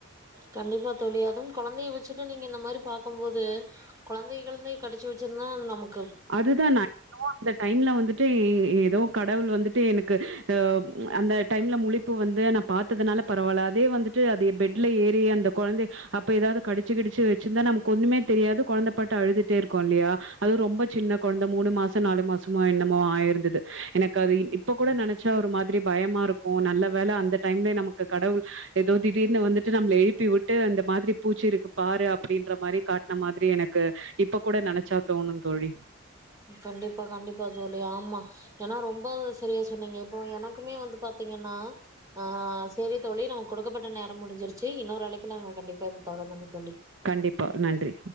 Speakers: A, on the right (about 15°); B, on the right (about 60°).
A: கண்டிப்பா தோலி அதும் கொழந்தைய வச்சுட்டு நீங்க இந்த மாரி பாக்கும் போது கொலந்தைய கிலந்தய கடிச்சி வெச்சிருந்தா ஆ நமக்
B: அது தா நா என்னமோ அந்த டைம்ல வந்து ஏதோ கடவுள் வந்துட்டு எனக்கு ஆ அந்த டைம்ல முலிப்பு வந்து நா பாத்ததுனால பரவால்ல அதே வந்துட்டு அது பெட்ல ஏறி அந்த கொழந்தைய அப்ப ஏதாது கடிச்சு கிடிச்சு வச்சிருந்தா நமக்கு ஒண்ணமே தெரியாது குழந்தை பாட்டு அழுதுட்டே இருக்கு இல்லையா அது ரொம்ப சின்ன குழந்தை மூணு மாசம் நாலு மாசமோ என்னமோ ஆயிருந்தது எனக்கு அது இப்ப கூட நெனைச்சா ஒரு மாதிரி பயமா இருக்கும் நல்ல வேலை அந்த டைம்ல நமக்கு கடவுள் ஏதோ திடீர்னு வந்துட்டு நம்மளை எழுப்பி விட்டு அந்த மாதிரி பூச்சி இருக்கு பாரு அப்படின்ற மாதிரி காட்டின மாதிரி எனக்கு இப்ப கூட நெனைச்சா தோணும் தோழி
A: கண்டிப்பா கண்டிப்பா தோழி ஆமா ஏன்னா ரொம்ப சரியா சொன்னீங்க இப்போ எனக்குமே வந்து பாத்தீங்கன்னா ஆஹ் செரி தோழி நமக்கு கொடுக்கப்பட்ட நேரம் முடிஞ்சிருச்சு இன்னொரு அழைப்புலங்க கண்டிப்பா இதை தொட
B: கண்டிப்பா நன்றி